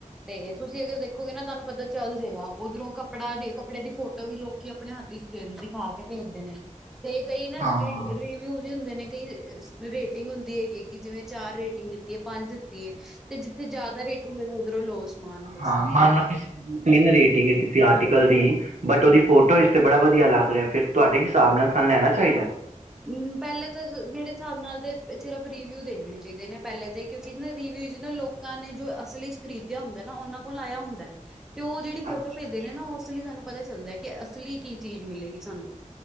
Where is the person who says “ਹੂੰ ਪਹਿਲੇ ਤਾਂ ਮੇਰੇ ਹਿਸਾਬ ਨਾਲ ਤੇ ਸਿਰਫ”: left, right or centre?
Centre